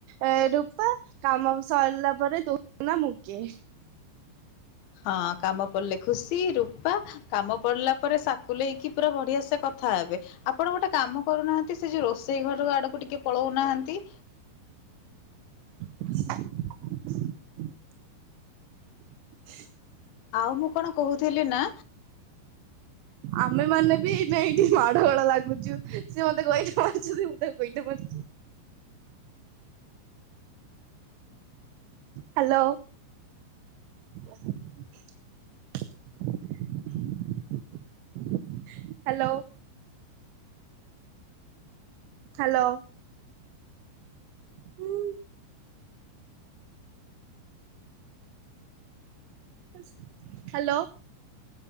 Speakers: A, on the right; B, on the left.
A: ଏ ରୂପା କାମ ସ‌ଇଲା ପରେ ତୁ କିଏ ନା ମୁଁ କିଏ।
B: ହଁ କାମ ପଡିଲେ ଖୁସି ରୂପା କାମ ପଡିଲା ପରେ ଫୁଲେଇକି ପୁରା ବଢିଆ ସେ କଥା ହେବେ। ଆପଣ ଗୋଟେ କାମ କରୁନାହାନ୍ତି। ସେ ଯୋଉ ରୋଷେଇ ଘର ଆଡକୁ ଟିକେ ପଳଉନାହାନ୍ତି।
A: <inaudible> <inaudible>
B: ଆଉ ମୁଁ କଣ କୋହୁଥିଲି ନା।
A: ଆମେ ମାନେ ବି ନେଏଇଠି ମାଡ ଗୋଳ ଲାଗୁଚୁ। ସିଏ ମତେ ଗୋଇଠା ମାରୁଚନ୍ତି ମୁଁ ତା ଗୋଇଠା ମାରୁଚି। ହାଲୋ। <inaudible> ହାଲୋ। ହାଲୋ ହୁଁ। <inaudible> ହାଲୋ।